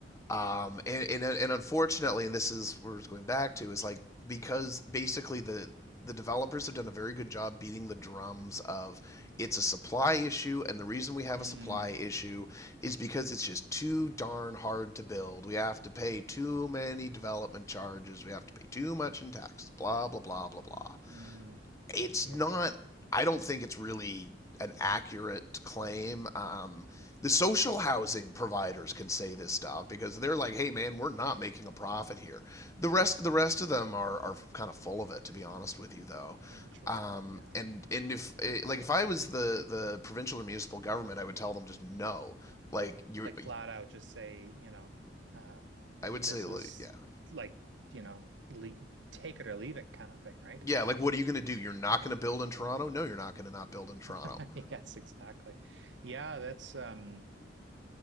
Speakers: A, on the left; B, on the right.
A: um, and, and and unfortunately, and this is where it's going back to is like because basically the the developers have done a very good job beating the drums of it's a supply issue and the reason we have
B: Hmm.
A: a supply issue is because it's just too darn hard to build we have to pay too many development charges we have to pay too much in taxes blah blah blah blah blah
B: Hmm.
A: it's
B: yeah
A: not. I don't think it's really an accurate claim. Um, the social housing providers can say this stuff because they're like, "Hey, man, we're not making a profit here." The rest, the rest of them are are kind of full of it, to be honest with you, though.
B: interesting
A: Um,
B: yeah
A: and and if eh, like if I was the the provincial or municipal government, I would tell them just no. Like you,
B: like flat out just say you know uh you
A: I would
B: know, this
A: say, like,
B: is
A: yeah,
B: like you know le take it or leave it kind of thing right
A: yeah. Like, what are you going to do? You're not going to build in Toronto? No, you're not going to not build in Toronto.
B: <laughs> Yes, exactly. Yeah, that's um